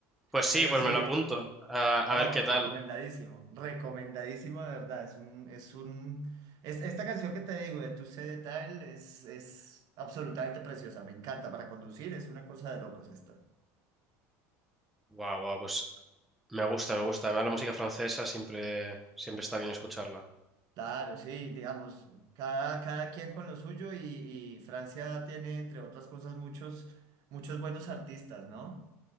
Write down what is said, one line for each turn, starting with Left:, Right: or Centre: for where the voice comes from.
Centre: Pues sí,
Right: Pero
Centre: pues
Right: sí.
Centre: me lo apunto. A, a
Right: No,
Centre: ver qué tal.
Right: recomendadísimo, recomendadísimo de verdad. Es un, es un, es, esta canción que te digo de Tu Sé de Tal es, es absolutamente preciosa, me encanta para conducir, es una cosa de locos esta.
Centre: Guau, guau, pues me gusta, me gusta. Además, la música francesa siempre, siempre está bien escucharla.
Right: Claro, sí, digamos, cada, cada quien con lo suyo y, y Francia tiene, entre otras cosas, muchos, muchos buenos artistas, ¿no?